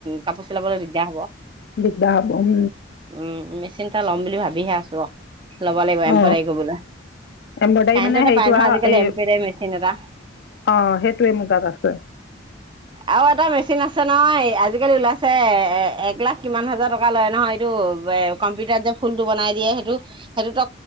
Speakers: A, on the right (about 25°); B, on the left (about 60°).
A: কাপোৰ চিলাবলৈ দিগদাৰ হব
B: দিগদাৰ হ'ব উম
A: উম মেচিনটা লম বুলি ভাবিহে আছো ল'ব লাগিব
B: অ
A: এম্প্ৰইডাৰী কৰিবলৈ
B: এম্ব্ৰইডাৰী
A: কাৰেণ্টতে
B: মানে হেৰিটো
A: পাই নহয়
B: আৰু
A: আজিকালি
B: এই
A: এম্প্ৰইডাৰী মেচিন এটা
B: অ সেইটোৱে মুগাত আছে।
A: আৰু এটা মেচিন আছে নহয় আজিকালি উলাছে এ এক লাখ কিমান হাজাৰ টকা লয় নহয় এইটো এ কম্পিউটাৰত যে ফুলতটো বনাই দিয়ে সেইটো সেইটোতো